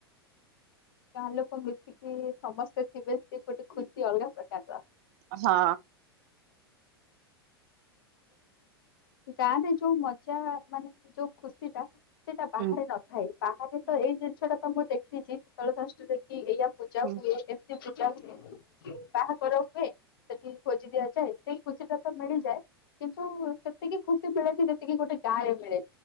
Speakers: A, on the left (about 60°); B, on the right (about 45°).
A: ଗାଁ ଲୋକ ମିଶିକି ସମସ୍ତେ ଥିବେ ସେ ଗୋଟେ ଖୁସି ଅଲଗା ପ୍ରକାର ର।
B: ହଁ।
A: ଗାଁରେ ଯୋଉ ମଜା ମାନେ ଯୋଉ ଖୁସି ଟା ସେଇଟା ବାହାରେ
B: ହୁଁ
A: ନଥାଏ ବାହାରେ ତ ଏଇ ଜିନିଷଟା ତ ମୁଁ ଦେଖିଛି ଶୀତଳ ଶଷ୍ଟି ରେ କି ଏଇୟା ପୂଜା
B: ହୁଁ
A: ହୁଏ। ପୂଜା ହୁଏ ବାହାଘର ହୁଏ ସେଠିକି ଭୋଜି ଦିଆଯାଏ। ସେ ଖୁସି ଟା ତ ମିଳିଯାଏ କିନ୍ତୁ ସେତିକି ଖୁସି ମିଳେନି ଯେତିକି ଗୋଟେ ଗାଁରେ ମିଳେ।